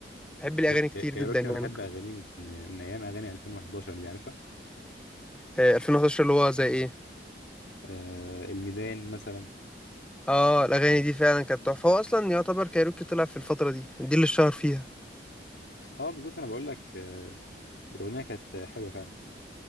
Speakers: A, in the centre; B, on the left.
A: بحب الاغاني
B: كاي-
A: كتير
B: كايروكي
A: جدا يعني
B: انا بحب اغانيه من من ايام اغاني 2011 دي عارفها
A: آه، 2011 اللي هو زي ايه
B: آه الميدان مثلا
A: اه الاغاني دي فعلا كانت تحفه هو اصلا يعتبر كايروكي طلع في الفتره دي دي اللي اتشهر فيها
B: اه بالظبط انا بقول لك آه الاغنيه كانت حلوه فعلا